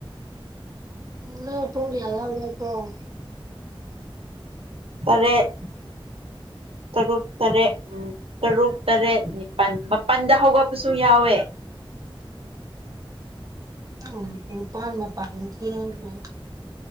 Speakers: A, on the right; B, on the right.
A: ꯅꫭꯏ ꯄꯨꯡ‌‌ ꯀꯌꯥꯗ ꯍꯧꯒꯠꯄꯔꫭ
B: ꯇꯔꯦꯠ ꯇꯔꯨꯛ ꯇꯔꯦꯠ ꯎꯝ ꯇꯔꯨꯛ ꯇꯔꯦꯠ ꯅꯤꯄꯥꯜ ꯃꯥꯄꯜꯗ ꯍꯧꯒꯠꯄꯁꯨ ꯌꯥꯎꯋꯦ
A: ꯎꯝ ꯅꯤꯄꯥꯜ‌ ꯃꯄꯥꯟꯗꯤ ꯊꯦꯡꯈ꯭ꯔꯦ